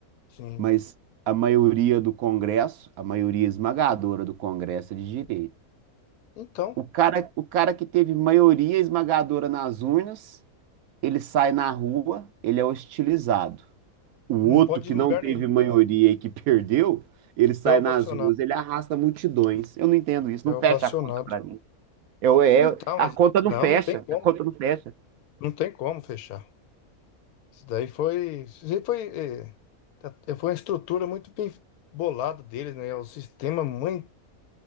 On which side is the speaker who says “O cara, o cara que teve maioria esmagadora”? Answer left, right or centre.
Right